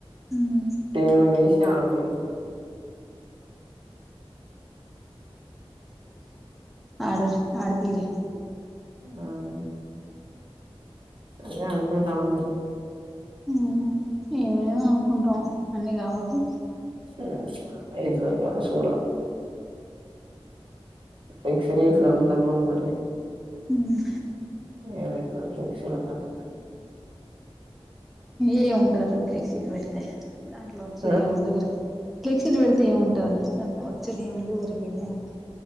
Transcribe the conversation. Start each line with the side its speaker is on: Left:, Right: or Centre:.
Centre: ఉమ్
Right: టీమ్ లు దిసి ఆడుడే ఇగ
Centre: ఆడురి ఆడ్పియుర్రి
Right: అ అదె అనుకుంటాన మి
Centre: ఉమ్ ఏవేవో అనుకుంటాం అన్ని కావద్దు
Right: ఊమ్ అయిదో గదో సూడా పిక్సీ డెట్లంటానవ్ మరి
Centre: ఉమ్మ్
Right: ఏమైతదో ఫ్లెక్సీ ల కథ
Centre: ఏముంటదసల్ ప్లెక్సీల్ పెడితే దాంట్లో వచ్చదేముంది
Right: ఆ
Centre: ఒరి ఫ్లెక్సీలు పెడితే ఏముంటదిర దాంట్లో వచ్చేదేముంది ఒరిగేదేముంది